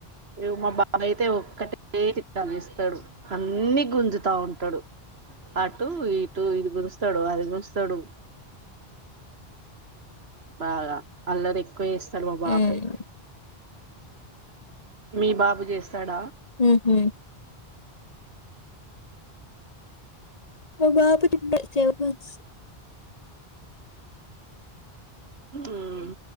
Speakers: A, on the right (about 80°); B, on the left (about 40°).
A: ఏ మా బాబ అయితే ఒక్కటే చది ఇస్తాడు అన్ని గుంజుతా ఉంటడు అటు ఇటు ఇది గుంజుస్తాడు అది గుస్తడు బాగ అల్లరి ఎక్కవ చేస్తడు మా బాబు
B: ఉమ్
A: అయితే మీ బాబు చేస్ స్థడ
B: ఉహు. మ బాబు తిన్న చేపలు స్
A: ఉమ్